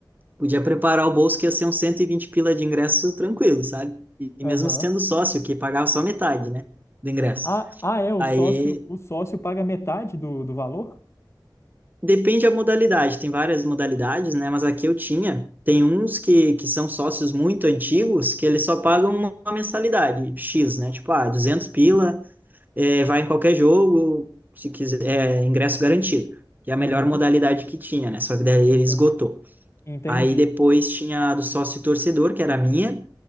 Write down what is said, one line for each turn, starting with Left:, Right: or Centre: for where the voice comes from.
Right: podia preparar o bolso que ia ser uns 120 pila de ingresso tranquilo, sabe? E e
Left: Aham.
Right: mesmo sendo sócio, que pagava só metade, né, do ingresso.
Left: Ah, ah, é, o
Right: Aí
Left: sócio, o sócio paga metade do, do valor?
Right: Depende da modalidade, tem várias modalidades, né? Mas aqui eu tinha. Tem uns que, que são sócios muito antigos que eles só pagam uma uma mensalidade X, né? Tipo, ah, 200 pila, eh, vai em qualquer jogo, se quiser, é, ingresso garantido. Que é a melhor
Left: Aham.
Right: modalidade que tinha, né? Só que daí
Left: Enten-
Right: ele esgotou.
Left: Entendi.
Right: Aí depois tinha a do sócio torcedor, que era a minha.